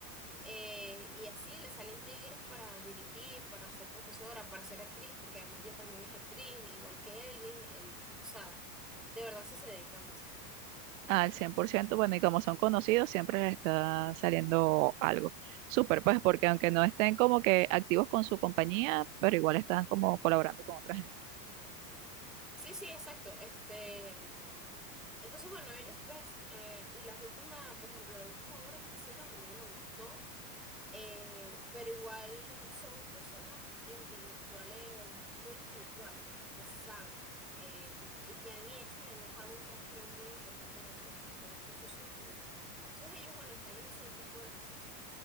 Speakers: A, in the centre; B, on the right.
A: Eh, y así le salen tigres para dirigir, para ser profesora, para ser actriz, porque además ella también es actriz, igual que Elvis. Él, o sea, de verdad sí se dedican a eso.
B: al cien por ciento bueno, y como son conocidos, siempre les está saliendo algo. Súper, pues, porque aunque no estén como que activos con su compañía, pero igual están como colaborando con otra gente.
A: Sí, sí, exacto. Este, entonces, bueno, ellos ves, eh, y las últimas, por ejemplo, la última obra que hicieron a mí no me gustó. Eh, pero igual son personas intelectuales, muy intelectuales, que saben eh, y que han hecho y han dejado un rastro muy importante en el teatro, que no está sucediendo ahorita. Entonces ellos, bueno, están en ese tipo de receso.